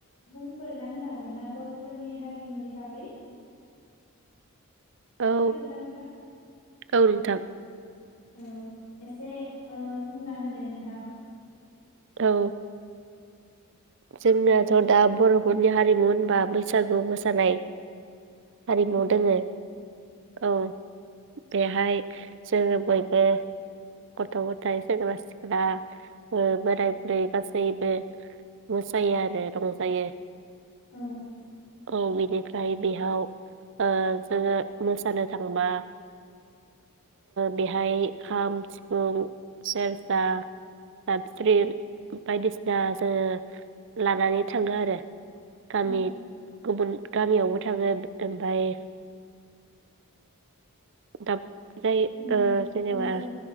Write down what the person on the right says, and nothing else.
औ
औ नोंथां।
औ जोंनो दा ब बर'फोरनि हारिमु होनबा बैसागु मोसानाय हारिमु
दोङो औ। बेहाय जोङो बयबो गथ' गथाइ सेंग्रा सिख्ला बोराय बुरै गासैबो मोसायो आरो रंजायो।
औ बिनिफ्राय बेयाव ओ जोङो मोसानो थांबा बेहाय खाम, सिफुं, सेरजा, जाबस्रि बायदिसिना जोङो लानानै थाङो आरो। <unintelligible>
गुबुन गामियावबो थाङो ओमफाय दाब जाय
ओ जेनेबा